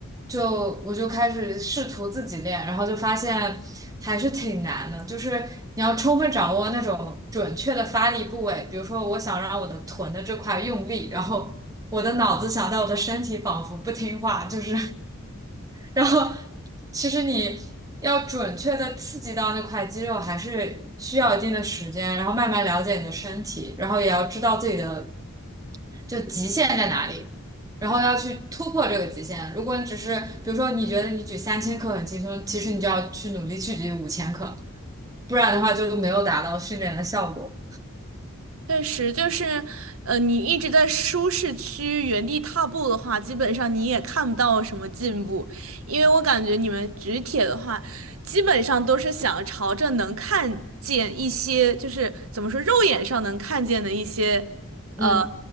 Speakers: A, on the right; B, on the right.
A: 就我就开始试图自己练，然后就发现还是挺难的，就是你要充分掌握那种准确的发力部位，比如说我想让我的臀的这块用力，然后我的脑子想到我的身体仿佛不听话，就是然后其实你要准确的刺激到那块肌肉，还是需要一定的时间，然后慢慢了解你的身体，然后也要知道自己的就极限在哪里，然后要去突破这个极限。如果你只是比如说你觉得你举三千克很轻松，其实你就要去努力去举五千克，不然的话就没有达到训练的效果。
B: 确实，就是，呃，你一直在舒适区原地踏步的话，基本上你也看不到什么进步，因为我感觉你们举铁的话，基本上都是想朝着能看见一些，就是怎么说，肉眼上能看见的一些，
A: 嗯。
B: 呃，